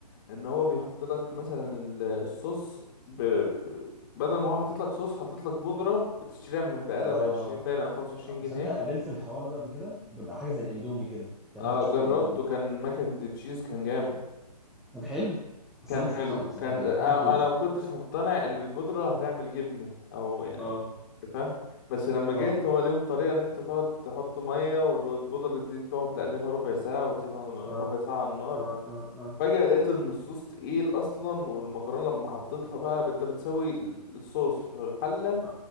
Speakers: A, on the left (about 30°); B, in the centre.
A: ان هو بيحط لك مثلا ال- الصوص ب... ب... بدل ما هو حاطط لك صوص حاطط لك بودره بتشتريها من البقاله
B: اه
A: ب 20 باين او 25 جنيه
B: صدق قابلت الحوار ده قبل كده بيبقى حاجه زي الاندومي كده بتعملها
A: اه
B: بشكل
A: جربته
B: اندومي
A: كان ماكن دي تشيز كان جامد
B: كان حلو بس
A: كان
B: انا مش
A: حلو
B: مقتنع بصراحه
A: كان
B: ده
A: آه،
B: بيديك بودره
A: انا ما كنتش مقتنع ان البودره هتعمل جبنه او يعني
B: اه
A: انت فاهم بس لما جيت
B: اه
A: هو ليهم طريقه ان انت تقعد تحط ميه والبودره دي تقعد تقلبها ربع ساعه وتسيبها
B: اه
A: ربع ساعه على النار
B: اه اه اه
A: فجاه لقيت ان الصوص تقيل اصلا والمكرونه لما حطيتها بقى انت بتسوي الصوص في حله
B: اه